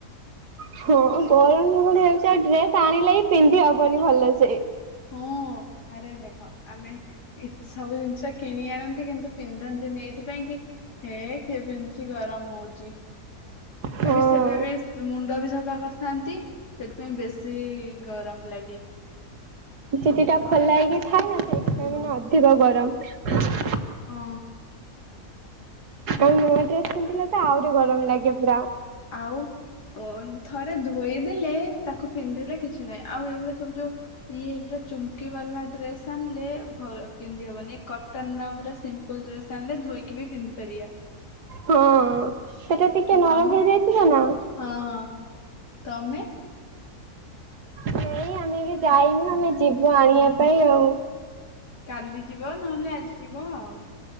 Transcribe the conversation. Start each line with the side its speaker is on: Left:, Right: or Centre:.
Right: ହଁ ଗରମ ଯୋଉଁଭଳିଆ ହଉଛି ଆଉ ଡ୍ରେସ ଆଣିଲେ ହିଁ ପିନ୍ଧି ହବନି ଭଲ ସେ।
Left: ହଁ ଆରେ ଦେଖ ଆମେ ଏ ସବୁ ଜିନିଷ କିଣି ଆଣନ୍ତି କିନ୍ତୁ ପିନ୍ଧନ୍ତିନି ଏଇଥିପାଇଁ କି ହେ କିଏ ପିନ୍ଧୁଛି ଗରମ ହଉଛି।
Right: ହଁ
Left: ଆ ବି ସେବେ ବି ମୁଣ୍ଡ ବି ସଫା କରିଥାନ୍ତି ସେଥିପାଇଁ ବେଶୀ ଗରମ ଲାଗେ।
Right: ଚୁଟିଟା ଖୋଲା ହେଇକି ଥାଏ ନା ସେଇଥିପାଇଁ
Left: ହୁଁ
Right: ମାନେ ଅଧିକ ଗରମ
Left: ହଁ।
Right: ଆଉ ନୂଆ ଡ୍ରେସ୍ ପିନ୍ଧିଲେ ତ ଆହୁରି ଗରମ ଲାଗେ ପୁରା।
Left: ଆଉ। ଓନ ଥରେ ଧୋଇଦେଲେ ତାକୁ ପିନ୍ଧିଲେ କିଛି ନାହିଁ ଆଉ ଏଇଗୁଡା ସବୁ ଯୋଉ ଇଏ ପୁରା ଚୁମ୍କି ବାଲା ଡ୍ରେସ୍ ଆଣିଲେ ଭଲ ପିନ୍ଧି ହବନି ଏ କଟ- କଟନର ପୁରା ସିମ୍ପୁଲ ଡ୍ରେସ୍ ଆଣିଲେ ଧୋଇକି ବି ପିନ୍ଧି ପାରିବା।
Right: ହଁ ସେଟା ଟିକେ ନରମ
Left: ତମେ
Right: ହେଇଯାଇଥିବ ନା।
Left: ହଁ ହଁ ତମେ
Right: ନାଇଁ ଆମେ ବି ଯାଇନୁ ଆମେ ଯିବୁ ଆଣିବା ପାଇଁ ଆଉ।
Left: କାଲି ଯିବ ନହେଲେ ଆଜି ଯିବ ଆଉ।